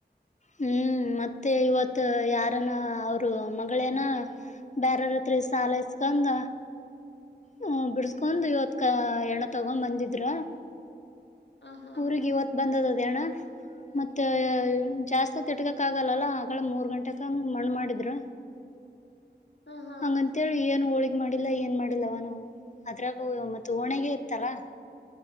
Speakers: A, on the left (about 40°); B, on the left (about 80°).
A: ಹ್ಮ್. ಮತ್ತೆ ಇವತ್ ಯಾರನ ಅವರು ಮಗಳೇನ ಬೇರಾರತ್ರ ಸಾಲ ಈಸ್ಕೊಂ. ತಂದ. ಹ್ಮ ಬಿಡಸ್ಕೊಂಡ್ ಇವತ್ಕ ಎಣ್ಣ ತಗೊಂಡ್ ಬಂದಿದ್ರ.
B: ಹ ಹಾ
A: ಊರಿಗೆ
B: ಅಕ್ಕ
A: ಇವತ್ತು ಬಂದದ ಅದೇ ಹೆಣ ಮತ್ತೆ. ಜಾಸ್ತಿ ತ ತಿಟ್ಕಕ್ ಆಗಲ್ಲ ಆಗಳ ಮೂರ್ ಗಂಟೆ ಮಣ್ಣ ಮಾಡಿದ್ರ.
B: ಹ ಹಾ
A: ಹಂತೇಳಿ
B: ಅಕ್ಕ
A: ಏ ಹೋ. ಮಾಡಿಲ್ಲ ಏನ್ ಮಾಡಿಲ್ಲವ ನಾವು ಅದ್ರಾಗ ಮತ್ತ ಓಣೆೆಗೆ ಇತ್ತಲ್ಲಾ.